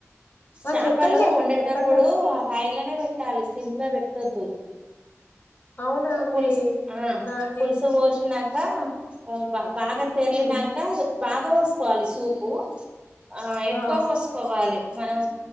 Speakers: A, on the left; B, on the right.
A: ఆ
B: చాపలు
A: చెప్పండి
B: వండేటప్పుడు
A: చెప్పండి
B: హై లనే పెట్టాలి సిమ్ లో పెట్టొద్దు
A: అవునా అండి
B: పుల్స్ ఆ
A: నా నేను
B: పుల్సు వోషీనంక్ కా ఆహ్ బా బాగా తెర్లినంక
A: ఉమ్
B: బాగా పోసుకోవాలి సూపు ఆహ్ ఎక్కువ
A: ఆ
B: వోస్కోవాలి మనం